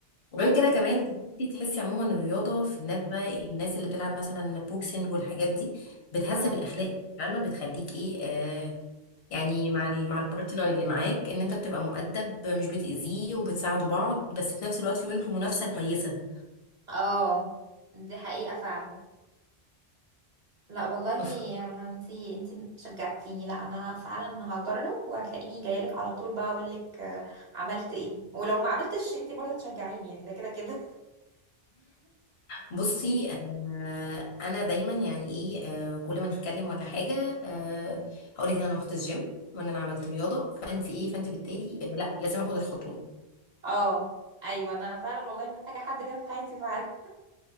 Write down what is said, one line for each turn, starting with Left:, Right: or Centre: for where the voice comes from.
Left: وغير
Right: اه
Left: كده كمان تحسي تحسي عموما الرياضة في الناس بقى إيه، الناس اللي بتلعب مثلا بوكسنج والحاجات دي بتهذب
Right: اه
Left: الأخلاق فاهمة بتخليك ايه آه يعني مع ال مع البارتنر اللي معاك ان انت بتبقى مؤدب مش بتأذيه وبتساعدوا بعض بس في نفس الوقت في بينكم منافسة كويسة
Right: اه دي حقيقه فعلا لا والله يا
Left: <laughs>
Right: انتي انتي شجعتيني لا انا فعلا هجرب وهتلاقيني جايلك على طول بقى اقولك آه، عملت ايه ولو ما عملتش انتي برضه تشجعيني يعني ده كده كده
Left: بصي آه، انا دايما يعني ايه آه، كل ما نتكلم ولا حاجه آه، هقولك ان انا رحت الجيم وان انا عملت رياضه فانت ايه فانت بالتالي آه، لا لازم اخد الخطوه
Right: <laughs> اه ايوه انا فعلا والله محتاجه حد كده في حياتي فعلا